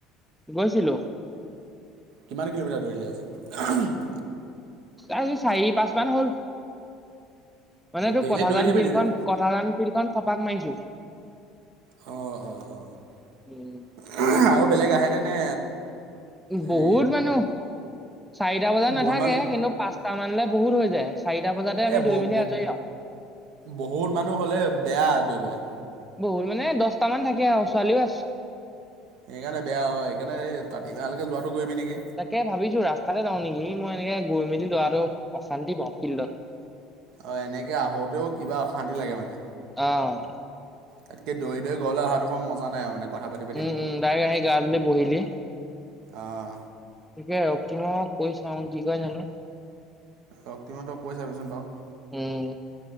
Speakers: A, in the centre; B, on the right (about 60°).
A: গৈছিলো।
B: কিমান কিলোমিটাৰ দৌৰিলি আজি?
A: আজি চাহি- পাঁচমান হ'ল। মানে তোৰ
B: ডেইলি
A: কথাজান
B: দৌৰি থাকিবি
A: ফিল্ড
B: তেতিয়া
A: খন -কথাজান ফিল্ড খন চপাক মাৰিছো।
B: অহ -অহ -অহ
A: উম
B: আৰু বেলেগ আহেনে নে
A: বহুত
B: হেৰি
A: মানুহ। চাৰিটা বজাত নাথাকে
B: বহুত মানুহ
A: কিন্তু পাঁচটা মানলে বহুত হৈ যায়। চাৰিটা বজাতে আমি
B: এ'
A: দৌৰি
B: ব-
A: মেলি আজৰি আৰু
B: বহুত মানুহ হলে বেয়া দৌৰিবলে।
A: বহুত মানে দচতা মান থাকে আৰু ছোৱালীও আছ।
B: সেইকাৰণে বেয়া হয় সেইকাৰণে তাতি ভালকে যোৱাটো কৰিবি নেকি
A: তাকে ভাবিছো ৰাস্তাতে যাওঁ নেকি মই এনেকে গৈ মেলি দৰাটো অশান্তি পাওঁ ফিল্ডত।
B: অহ, এনেকে আহোতেও কিবা অশান্তি লাগে মানে।
A: অ',
B: তাতকে দৌৰি- দৰি ঘৰলৈ আহাটো সমান মজা নাই আৰু মানে। কথা পাতি পাতি
A: উম -উম দাৰেক আহিলি গা ধুলি বহিলি
B: অহ
A: তিকে আৰু কিনো কৈ চাওঁ কি কয় জানো।
B: ৰকতিম সতক কৈ চাবিচোন বাৰু।
A: উম